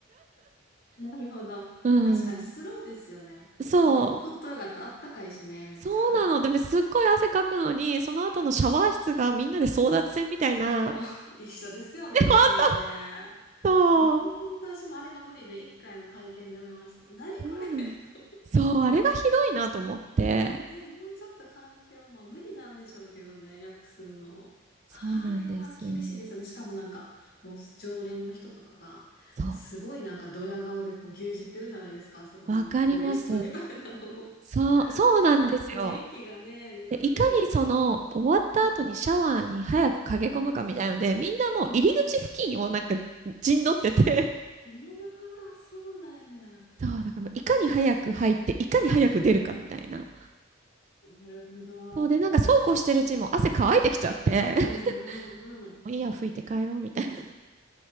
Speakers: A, on the left (about 50°); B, on the right (about 35°).
A: なるほど。
B: <laughs> うん。
A: 確かにスローですよね。
B: そう。
A: しかも、ホットヨガってあったかいしね、めっちゃ。
B: そうなの。でもすっごい汗かくのに、その後のシャワー室がみんなで争奪戦みたいな。
A: もう <laughs> 一緒ですよね、
B: <laughs>
A: どこもあれ。
B: そう。
A: もう本当私もあれが無理で一回の体験で見ました。何これ
B: そうなん。
A: <laughs> と思って。
B: そう、あれがひどいなと思って。
A: ね、もうちょっと環境、まあ無理なんでしょうけどね、よくすんの。
B: そうなんですよ。
A: あれは厳しいですよね。しかもなんか、もう常連の人とかが、
B: そ
A: すごいなんかドヤ顔でこう牛耳ってるじゃないですか、あそこのなんか更衣室みたいなの
B: う。わかります。そう、そうなんですよ。
A: あの雰囲気がね、苦手で。
B: で、いかにその終わった後にシャワーに早く駆け込むかみたいので、
A: うん、うん、
B: みんなもう入り口付近をなんか陣取ってて、
A: うん。なるほど、そうなんや。
B: <laughs> そう、だからもういかに早く入って、いかに早く出るかみたいな。
A: なるほど。
B: そうで、
A: うん
B: なんかそうこうしてるうちにもう汗乾いてきちゃって、
A: うんうん。
B: <laughs> もういいや、拭いて帰ろうみたいな。